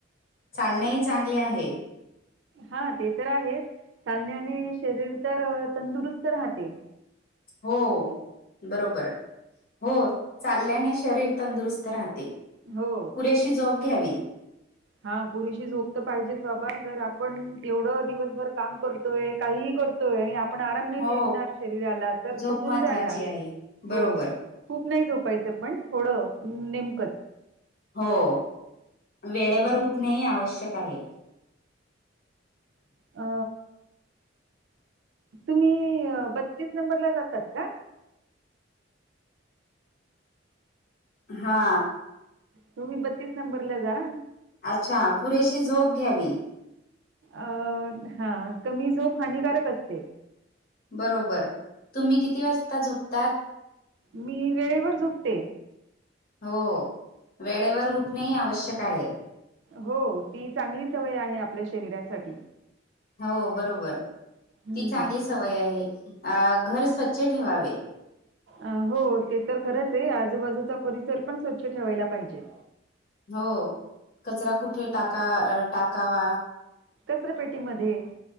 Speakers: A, on the left; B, on the right.
A: चालणेही चांगले आहे.
B: हा ते तर आहेच, चालण्याने शरीर तर तंदुरुस्त राहते.
A: हो बरोबर. हो चालल्याने शरीर तंदुरुस्त राह ते.
B: हो.
A: पुरेशी जोप घ्यावी.
B: हा, पुरेशी झोप तर पाहिजेच बाबा, जर आपण एवढं दिवसभर काम करतोय. काहीही करतो य आणि आपण आराम नाही
A: हो
B: देणार शरीराला तर
A: झोप
B: थकून
A: महत्त्वाची
B: जाणार,
A: आहे बरोबर
B: हो. खूप नाही झोपायचं पण, थोडं नेमकंच.
A: हो. वेळेवर
B: हं.
A: उठणेही आवश्यक आहे.
B: अ, तुम्ही बत्तीस नंबरला जातात का?
A: हा.
B: तुम्ही बत्तीस नंबरला जा.
A: अच्छा! पुरेशी झोप घ्यावी.
B: अ हा कमी झोप हानिकारक असते.
A: बरोबर. तुम्ही किती वाजता झोपतात?
B: मी वेळेवर झोपते
A: हो. वेळेवर उठणेही आवश्यक आहे.
B: हो ती चांगली सवय आहे आपल्या शरीरासाठी.
A: हो बरोबर
B: हम्म.
A: ती चांगली सवय आहे अं घर स्वच्छ ठेवावे.
B: अ हो ते तर खरंच आहे आजूबाजूचा परिसर पण स्वच्छ ठेवायला पाहिजे.
A: हो कचरा कुठे टाका टाकावा.
B: कचरापेटी मध्ये.